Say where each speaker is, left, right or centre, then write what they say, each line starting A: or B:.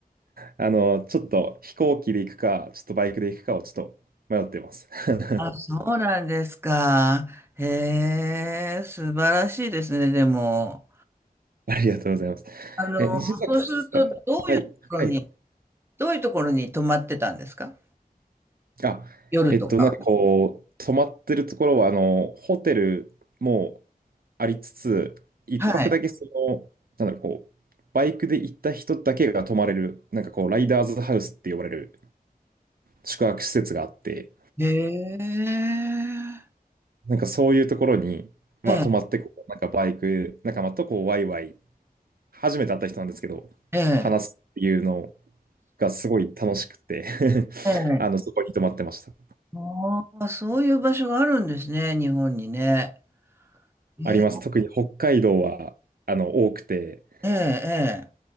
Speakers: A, on the right; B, on the right.
A: あの、ちょっと飛行機で行くか、ちょっとバイクで行くかをちょっと迷ってます <laughs>
B: あ、そうなんですか。へえ、素晴らしいですね、でも。
A: ありがとうございます。
B: あの、
A: え、西崎さん、
B: そうすると、どういうところに、
A: はい、はい。
B: どういうところに泊まってたんですか
A: あ、
B: 夜とか。
A: えっと、なんかこう、泊まってるところは、あの、ホテルもありつつ、一泊だけその、
B: はい。
A: なんだろう、こう、バイクで行った人だけが泊まれる、なんかこう、ライダーズハウスって呼ばれる宿泊施設があって、
B: へえ。
A: なんかそういうところに、まあ、
B: ええ、
A: 泊まってこう、なんかバイク仲間とこう、ワイワイ、初めて会った人なんですけど、
B: ええ、
A: 話すっていうのがすごい楽しくて <laughs>
B: ええ。
A: あの、そこに泊まってました。
B: ああ、そういう場所があるんですね、日本にね。ええ、
A: あります。特に北海道は、あの、多くて、
B: ええ、